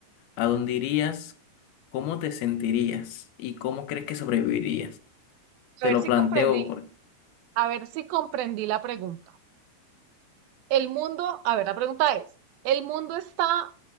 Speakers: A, on the left; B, on the right.
A: ¿A dónde irías? ¿Cómo te sentirías? ¿Y cómo crees que sobrevivirías? Te
B: a ver
A: lo
B: si
A: planteo.
B: comprendí,
A: por-
B: a ver si comprendí la pregunta. El mundo, a ver, la pregunta es, ¿el mundo está